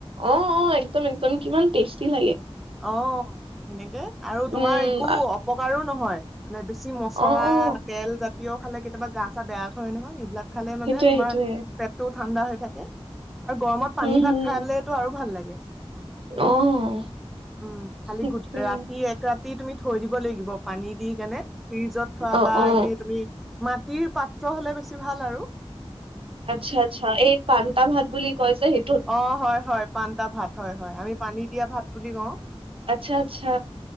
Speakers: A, on the right; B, in the centre.
A: অ অ একদম একদম কিমান টেষ্টি লাগে।
B: অ'! সেনেকে আৰু
A: উম
B: তোমাৰ একো অপকাৰো নহয়। মানে বেছি মছলা
A: অ অ
B: তেল জাতীয় খালে কেতিয়াবা গা চা বেয়া কৰে নহয় এইবিলাক- খালে
A: সেইটোয়ে
B: মানে তোমাৰ
A: সেইটোয়ে
B: পেটতো ঠাণ্ডা হৈ থাকে আৰু গৰমত
A: হম
B: পানী ভাত
A: হম
B: খালে তো' আৰু ভাল লাগে।
A: অ'!
B: উম খালি
A: সেইটোৱে
B: গো ৰাতি এক ৰাতি তুমি থৈ দিব লাগিব। পানী দি কেনে ফ্ৰিজত থোৱা
A: অ
B: বা
A: অ
B: এনেই তুমি মাটিৰ পাত্ৰ হলে বেছি ভাল আৰু
A: আচ্ছা আচ্ছা এই পানটা ভাত বুলি কয় যে সেই
B: অ হয় হয় পানটা ভাত হয় হয় আমি পানী দিয়া ভাত বুলি কও
A: আচ্ছা আচ্ছা